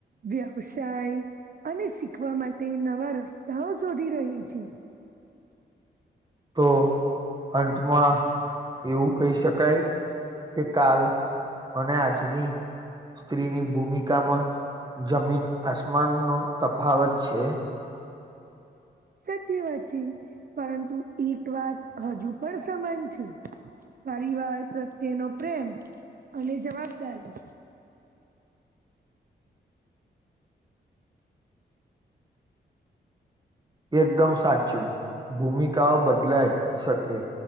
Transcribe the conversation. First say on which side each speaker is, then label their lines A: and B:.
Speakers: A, on the right; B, on the right.
A: વ્યવસાય અને શીખવા માટે નવા રસ્તાઓ શોધી રહી છે.
B: તો અંતમાં એવું કહી શકાય કે કાલ. અનેને આજ ભી. સ્ત્રીની ભૂમિકામાં જમીન આસમાનનોો તફાવત છે.
A: સચી વાચી પરંતુ એક વાત હજુ પણ સમાન છે. પરિવાર પ્રત્યેનો પ્રેમ અને જવાબદારી.
B: એકદમ સાચું ભૂમિકાઓ બદલાય શકે.